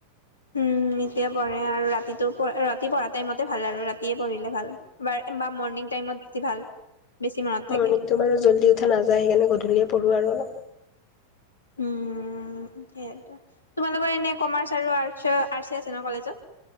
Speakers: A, on the left; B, on the left.
A: উম এতিয়া পঢ়ে আৰু ৰাতিটো ৰাতি পঢ়া টাইমতে ভাল আৰু ৰাতিয়ে পঢ়িলে ভাল। বা বা মৰ্ণিং টাইমত বেছি ভাল। বেছি মনত থাকে
B: মৰ্ণিং তোমাৰ জল্দি উঠা নাযায় সেইকাৰণে গধূলিয়ে পঢ়ো আৰু অলপ।
A: উম। সেইয় তোমালোকৰ এনে কমাৰ্চ আৰু আৰ্ট আছে ন কলেজত।